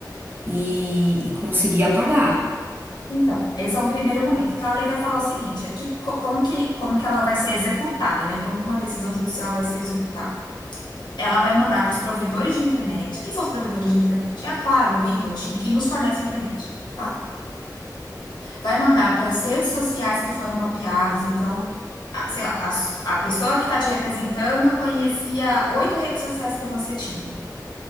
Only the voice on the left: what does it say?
Então, esse é um primeiro momento. Então, a lei vai falar o seguinte, é que, co- como que, como que ela vai ser executada, né? Como que uma decisão judicial vai ser executada? Ela vai mandar para os provedores de internet. Quem são os provedores de internet? É a Claro, a Vivo, a TIM, quem nos fornece internet. tá? vai mandar para as redes sociais que foram mapeadas. Então, a- sei lá, a, s- a pessoa que está te representando conhecia oito redes sociais que você tinha.